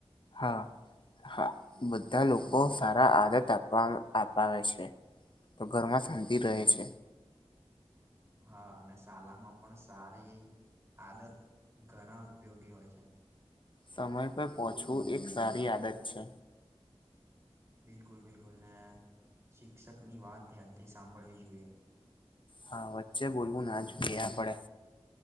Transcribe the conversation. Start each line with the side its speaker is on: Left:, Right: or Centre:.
Left: હા, હા બધા લોકો સારા આદત આપવા અપાવે છે. તો ઘરમાં શાંતિ રહે છે.
Right: હા અને શાલામાં પણ સારી આદત ઘણા ઉપયોગી હોય છે.
Left: સમય પર પહોંચવું એક સારી આદત છે.
Right: બિલકુલ બિલકુલ ને, શિક્ષક ની વાત ધ્યાનથી સાંભળવી જોઈએ.
Left: હા વચ્ચે બોલવું ના જો ગયા પડે.